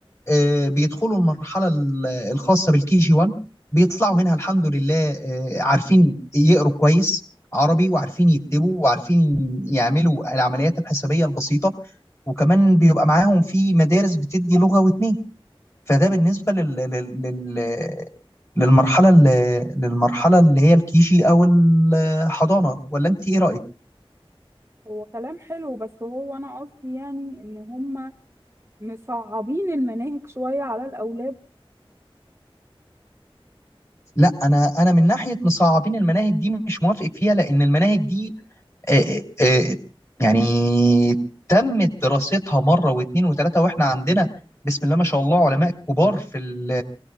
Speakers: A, on the left; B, on the right.
A: آه، بيدخلوا المرحله ال- الخاصه بالكي جي 1 بيطلعوا منها الحمد لله آه، عارفين يقروا كويس عربي وعارفين يكتبوا وعارفين يعملوا العمليات الحسابيه البسيطه وكمان بيبقى معاهم في مدارس بتدي لغه واتنين فده بالنسبه لل... لل... لل... للمرحلة اللي للمرحلة اللي هي الكيجي أو الحضانة ولا أنت إيه رأيك؟
B: هو كلام حلو بس هو انا قصدي يعني ان هم مصعبين المناهج شوية على الاولاد
A: لا أنا أنا من ناحية مصعبين المناهج دي مش موافق فيها لأن المناهج دي آه، آه، يعني تمت دراستها مره واثنين وثلاثه واحنا عندنا بسم الله ما شاء الله علماء كبار في ال